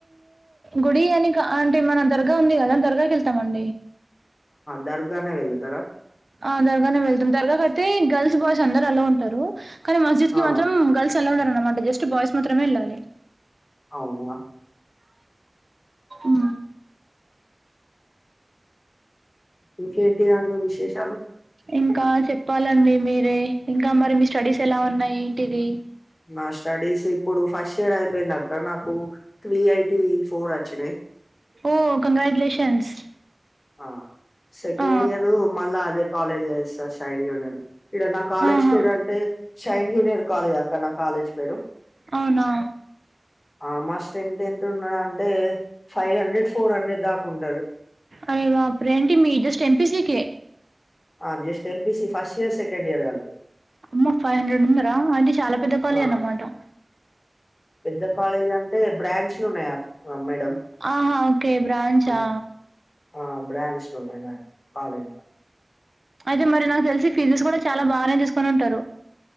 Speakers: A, on the right (about 60°); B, on the left (about 80°).
A: గుడీ అని క అంటే మన దర్గా ఉంది కదా దర్గాకి ఎళ్తామండి
B: దర్గానే వెళ్ళుతార
A: ఆ దర్గానే వెళ్తాం దర్గాకైయితే గల్స్ బాయ్స్ అందరు అలౌ ఉంటారు కానీ మస్జిద్ కి
B: ఆ
A: మాత్రం గర్ల్స్ అలౌ ఉండరన్నమాట జస్ట్ బాయ్స్ మాత్రమే ఎళ్ళాలి
B: అవునా
A: మ్మ్
B: ఇంకేంటిదండి విశేషాలు
A: ఇంకా చెప్పాలండి మీరే ఇంకా మరి మీ స్టడీస్ ఎలా ఉన్నాయ్ ఏంటిది
B: నా స్టడీస్ ఇప్పుడు ఫస్ట్ ఇయర్ అయిపోయింది అక్క నాకు త్రీఐటి ఫోర్ అచ్చినాయ్
A: ఓ కంగ్రాచ్యులేషన్స్
B: ఆ సెకండ్
A: ఆ
B: ఇయరు మళ్ళా అదే కాలేజ్ జేసిన షైన్ జూనియర్ ఈడ నా కాలేజ్
A: ఆహా
B: పేరు అంటే షైన్ జూనియర్ కాలేజ్ అక్క నా కాలేజ్ పేరు
A: అవునా
B: ఆ మా స్ట్రెంత్ ఎంత ఉండుడంటే ఫైవ్ హండ్రెడ్ ఫోర్ హండ్రెడ్ దాకా ఉంటది
A: అరే బాప్రే ఎంటి మీ జస్ట్ ఎంపిసి కే
B: ఆ just MPC first year second year గల్పి
A: అమ్మో ఫైవ్ హండ్రెడ్ ఉన్నారా అయితే చాలా పెద్ద కాలేజ్
B: ఆ
A: అన్నమాట
B: పెద్ద కాలేజ్ అంటే బ్రాంచ్లు ఉన్నాయా మేడం
A: ఆహా ఓకే బ్రాంచా
B: అవును ఆ బ్రాంచ్లు ఉన్నాయ్ మా కాలేజ్ ల
A: అయితే మరి నాకు తెలిసి ఫీసెస్ కూడా చాలా బానే తీసుకొని ఉంటారు